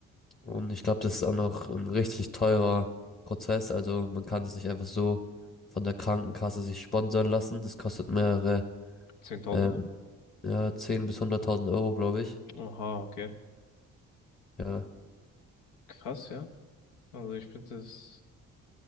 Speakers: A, on the left; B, on the left.
A: Und ich glaube, das ist auch noch ein richtig teurer Prozess. Also man kann das nicht einfach so von der Krankenkasse sich sponsern lassen. Das kostet mehrere,
B: zehntausend
A: ähm,
B: Euro?
A: ja, 10 bis hunderttausend Euro, glaube ich.
B: Oha, okay.
A: Ja,
B: Krass, ja. Also ich finde das